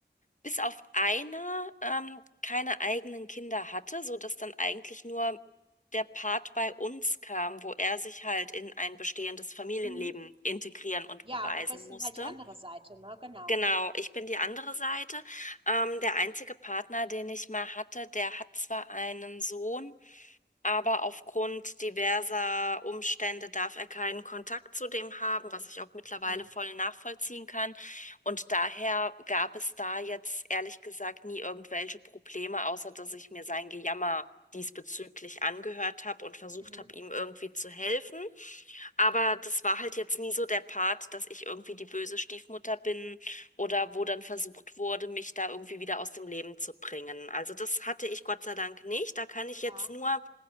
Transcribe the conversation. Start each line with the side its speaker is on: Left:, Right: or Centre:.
Left: bis auf einer ähm, keine eigenen Kinder hatte, so dass dann eigentlich nur der Part bei uns kam, wo er sich halt in ein bestehendes Familienleben
Right: Mhm.
Left: integrieren und
Right: Ja,
Left: beweisen
Right: du weißt
Left: musste.
Right: dann halt die andere Seite, ne? Genau.
Left: Genau, ich bin die andere Seite. Ähm, der einzige Partner, den ich mal hatte, der hat zwar einen Sohn, Aber aufgrund diverser Umstände darf er keinen Kontakt zu dem haben, was ich auch mittlerweile
Right: Mhm.
Left: voll nachvollziehen kann. Und daher gab es da jetzt ehrlich gesagt nie irgendwelche Probleme, außer dass ich mir sein Gejammer diesbezüglich angehört habe und versucht
Right: Mhm.
Left: habe, ihm irgendwie zu helfen. Aber das war halt jetzt nie so der Part, dass ich irgendwie die böse Stiefmutter bin oder wo dann versucht wurde, mich da irgendwie wieder aus dem Leben zu bringen. Also das hatte ich Gott sei Dank nicht. Da kann ich
Right: Ja.
Left: jetzt nur